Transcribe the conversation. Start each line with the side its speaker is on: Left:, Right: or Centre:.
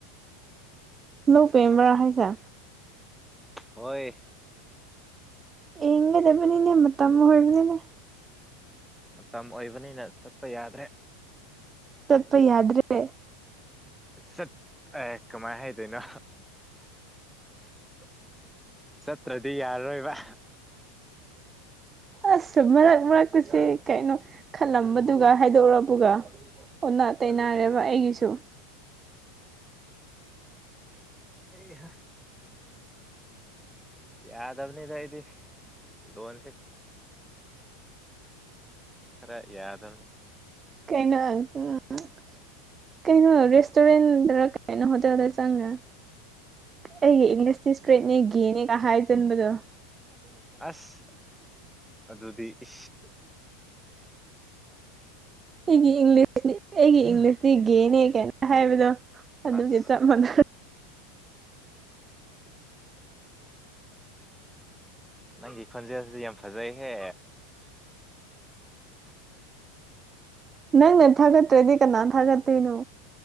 Right: ꯂ ꯄꯦꯝꯕꯔꯥ ꯍꯥꯏꯁ
Centre: ꯍꯣꯏ
Right: ꯍꯒꯗꯕꯅꯤꯅꯦ ꯃ ꯃꯇꯝ ꯑꯣꯏꯣꯏꯕꯅꯤꯅꯦ
Centre: ꯃꯇꯝ ꯑꯣꯏꯕꯅꯤꯅ ꯆꯠꯄ ꯌꯥꯗ꯭ꯔꯦ
Right: ꯆꯄ ꯌꯥꯗ꯭ꯔꯦ
Centre: ꯆꯠ ꯑꯦ ꯀꯃꯥꯏ ꯍꯥꯏꯗꯣꯏꯅꯣ ꯆꯠꯇ꯭ꯔꯗꯤ ꯌꯥꯔꯔꯣꯏꯕ
Right: ꯑꯁ ꯃꯔꯛ ꯃꯔꯛꯇꯨꯁꯦ ꯀꯩꯅꯣ ꯈꯜꯂꯝꯕꯗꯨꯒ ꯍꯥꯏꯗꯣꯛꯕꯒ ꯑꯣꯟꯅ ꯇꯩꯅꯔꯦꯕ
Centre: ꯑꯗꯨꯅꯦ
Right: ꯑꯩꯒꯤꯁꯨ
Centre: ꯑꯩ ꯌꯥꯗꯕꯅꯤꯗ ꯏꯗꯤ ꯗꯣꯟꯁꯦ ꯈꯔꯦ ꯌꯥꯗꯧꯅꯤ
Right: ꯀꯩꯅꯩꯅ ꯀꯩꯅꯣ ꯔꯦꯁꯇꯣꯣꯔꯦꯟ ꯀꯥꯏꯅ ꯍꯣꯇꯦꯜꯗ ꯆꯥꯡꯒ ꯑꯩꯒꯤ ꯏꯪꯂꯤꯁꯇꯤ ꯏꯁꯇ꯭ꯔꯦꯠꯅꯦ ꯒꯦꯅꯦꯒ ꯍꯥꯏ ꯆꯟꯕꯗꯣ
Centre: ꯑꯁ ꯑꯗꯨꯗꯤ ꯏ
Right: ꯑꯩꯒꯤ ꯏꯪꯂꯤꯁ ꯑꯩꯒꯤ ꯏꯪꯂꯤꯁꯇꯤ ꯒꯦꯅꯦ ꯀꯥꯏꯅ ꯍꯥꯏꯕꯗꯣ ꯑꯗꯨꯒꯤ
Centre: ꯑꯁ
Right: ꯆꯞ ꯃꯥꯟꯅ
Centre: ꯅꯪꯒꯤ ꯈꯣꯟꯖ ꯍꯧꯁꯨ ꯌꯥꯝ ꯐꯖꯩꯍꯦ
Right: ꯅꯪ ꯅ ꯊꯥꯒꯠ꯭ꯔꯦꯗꯤ ꯀꯅꯥ ꯊꯥꯒ ꯇꯦꯅꯣ